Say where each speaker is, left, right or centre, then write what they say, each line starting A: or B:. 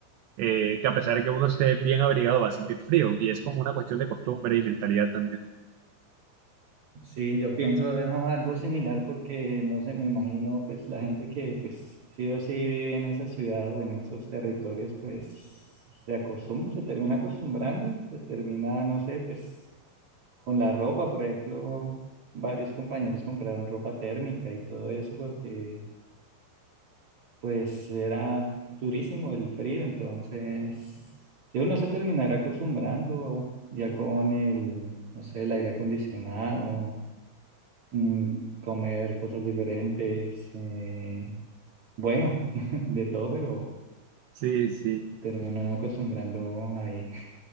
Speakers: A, on the right; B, on the right.
A: eh, que a pesar de que uno esté bien abrigado va a sentir frío y es como una cuestión de costumbre y mentalidad también.
B: Sí, yo pienso ¿no? algo similar porque no sé, me imagino pues la gente que pues sí o sí vive en esa ciudad o en esos territorios pues se acostumbra, se termina acostumbrando, se termina, no sé, pues con la ropa, por ejemplo, varios compañeros compraron ropa térmica y todo eso porque pues era durísimo el frío, entonces sí, uno se terminará acostumbrando ya con el, no sé, el aire acondicionado mm, comer cosas diferentes, eh, bueno, <laughs> de todo, pero
A: Sí, sí,
B: termino no acostumbrando ahí. <laughs>